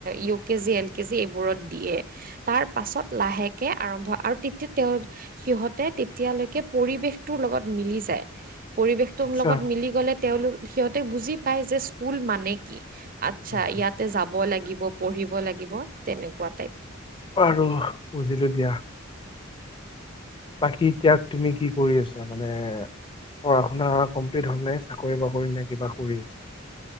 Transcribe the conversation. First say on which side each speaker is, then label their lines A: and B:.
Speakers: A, on the right (about 45°); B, on the left (about 25°).
A: U K G L K G এইবোৰত দিয়ে। তাৰ পাছত লাহেকে আৰম্ভ আৰু তেতিয়া তেওঁ। সিহঁতে তেতিয়ালৈকে পৰিৱেশটোৰ লগত মিলি যায় পৰি তো
B: আচ্ছা
A: লগত মিলি গ'লে তেওঁলোক সিহঁতে বুজি পায় যে স্কুল মানে কি? আচ্ছা
B: উম, উম।
A: ইয়াতে যাব লাগিব পঢ়িব লাগিব তেনেকুৱা টাইপ।
B: আৰু বুজিলোঁ দিয়া। বাকী এতিয়া তুমি কি কৰি আছা মানে। পঢ়া শুনা কমপ্লিট হ'লনে নাই চাকৰি বাকৰি নাই কিবা কৰি আছে।